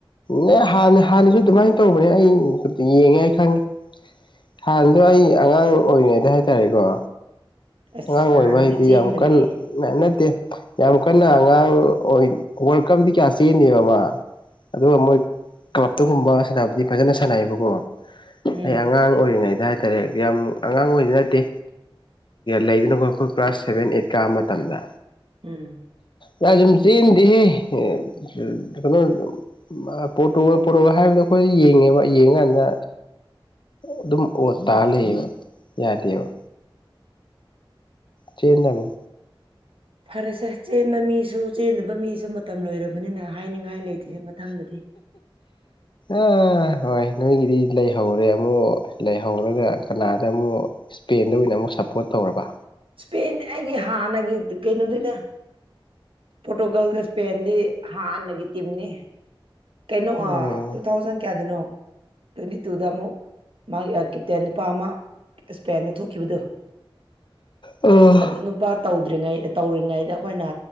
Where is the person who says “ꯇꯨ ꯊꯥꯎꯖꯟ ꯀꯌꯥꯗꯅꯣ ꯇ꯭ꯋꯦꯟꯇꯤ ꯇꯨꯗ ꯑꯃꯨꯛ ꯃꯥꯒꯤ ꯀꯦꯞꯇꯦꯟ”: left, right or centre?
Right